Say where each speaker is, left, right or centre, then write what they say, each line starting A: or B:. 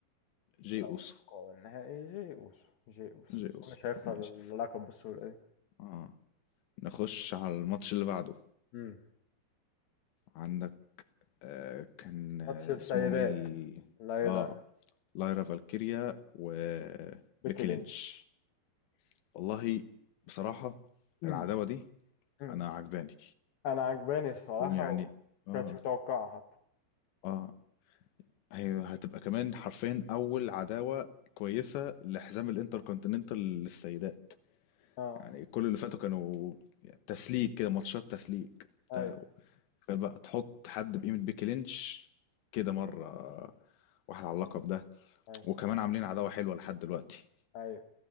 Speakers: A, on the left (about 85°); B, on the left (about 70°).
A: جي
B: توقع
A: اوسو
B: النهائي جي اوسو جي اوسو
A: جي
B: بس
A: اوسو
B: هو مش هيخسر
A: ماشي
B: اللقب بالسهوله دي
A: اه نخش على الماتش اللي بعده
B: امم
A: عندك آه، كان آه،
B: ماتش السيدات
A: اسمهم ايه ال...
B: لايرا
A: اه لايرا فالكيريا وبيكي
B: بيكي لينش
A: لينش والله بصراحة
B: امم
A: العداوة دي
B: امم
A: انا عجباني
B: انا عجباني الصراحه
A: ويعني اه
B: وكانتش متوقعه حتى
A: اه هي هتبقى كمان حرفيا اول عداوة كويسة لحزام الانتركونتيننتال للسيدات
B: اه
A: يعني كل اللي فاتوا كانوا تسليك كده ماتشات تسليك
B: ايوه
A: ده تخيل بقى تحط حد بقيمة بيكي لينش كده مرة واحد على اللقب ده
B: ايوه
A: وكمان عاملين عداوة حلوة لحد دلوقتي
B: ايوه